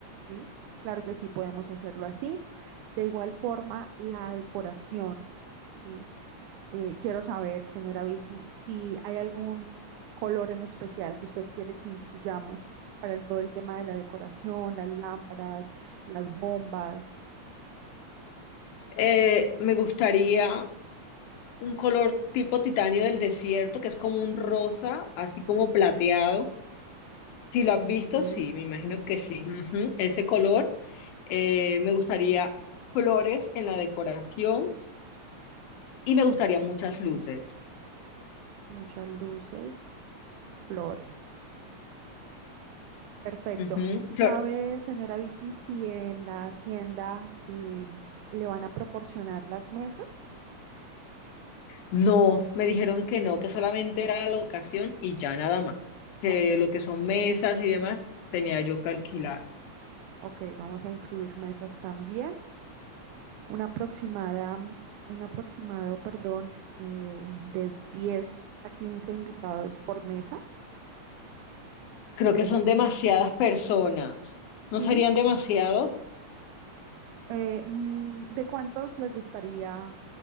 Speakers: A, on the right; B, on the left.
A: ¿sí? Claro que sí, podemos hacerlo así. De igual forma, la decoración, ¿sí? Eh, quiero saber, señora Vicky, si hay algún color en especial que usted quiere que incluyamos para el- todo el tema de la decoración, las lámparas, las bombas,
B: Eh, me gustaría un color tipo titanio del desierto, que es como un rosa, así como plateado. Si lo has
A: sí,
B: visto, sí, me imagino que sí. Ujú, Ese color. Eh, me gustaría flores en la decoración y me gustaría muchas luces.
A: muchas luces, flores. Perfecto.
B: Ujú, flor-
A: ¿Sabe, señora Vicky, si en la hacienda eh, le van a proporcionar las mesas?
B: No, me dijeron que no, que solamente era la locación y ya nada más. Que
A: Ok,
B: lo que son mesas y demás tenía yo que alquilar.
A: ok, vamos a incluir mesas también. una aproximada, un aproximado, perdón, eh, de 10 a 15 invitados por mesa.
B: Creo
A: Entonces,
B: que son demasiadas personas.
A: sí,
B: ¿No serían demasiados?
A: eh, mm, ¿de cuántos les gustaría